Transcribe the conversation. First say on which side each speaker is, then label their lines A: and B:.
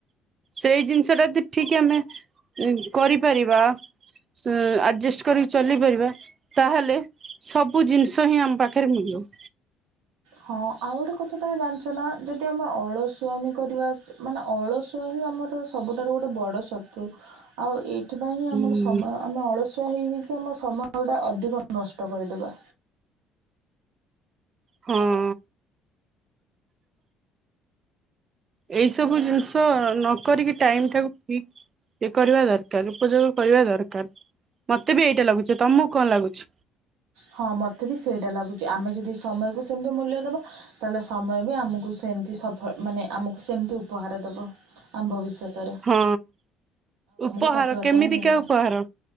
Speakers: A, on the right; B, on the right.
A: ସେଇ ଜିନିଷ ଟା ଜଦି ଠିକ୍ ଆମେ ଉଁ କରିପାରିବା। ସଁ ଆଡ଼ଜଷ୍ଟ କରିକି ଚାଲି ପାରିବା ତା ହେଲେ ସବୁ ଜିନିଷ ହିଁ ଆମ ପାଖ ଖେରେ ମିଲିଅ।
B: ହଁ ଆଉ ଗୋଟେ କଥା ତମେ ଜାଣିଛ ନା ଯଦି ଆମେ ଅଳଶୁଆମୀ କରିବା ସ ମାନେ ଅଳସୁଆ ହିଁ ଆମର ସବୁଠାରୁ ଗୋଟେ ବଡ଼ ଶତ୍ରୁ ଆଉ ଏ ଏଥିପାଇଁ ହିଁ
A: ହୁଁ
B: ଆମର ସମୟ ଆମେ ଅଳସୁଆ ହେଇ ହେଇକି ଆମ ସମୟ ଗୁଡ଼ା ଅଧିକ ନଷ୍ଟ କରିଦେବା।
A: ହଁ। ଏଇ ସବୁ ଜିନିଷ ନ କରିକି ଟାଇମ ଟାକୁ ଠିକ୍। ଇ କରିବା ଦରକାର ଉପଯୋଗ କରିବା ଦରକାର ମତେ ବି ଏଇଟା ଲାଗୁଛି। ତମକୁ କଣ ଲାଗୁଛି?
B: ହଁ ମୋତେ ବି ସେଇଟା ଲାଗୁଛି ଆମେ ଯଦି ସମୟକୁ ସେମିତି ମୂଲ୍ୟ ଦେବା ତାହେଲେ ସମୟ ବି ଆମକୁ ସେମିତି ସ ଫ ମାନେ ଆମକୁ ସେମିତି ଉପହାର ଦେବ। ଆମ୍ ଭବିଷ୍ୟତ ରେ।
A: ହୁଁ ଉପହାର
B: ସଫଳତା
A: କେମିତିକା
B: ବି ମିଳିବ
A: ଉପହାର?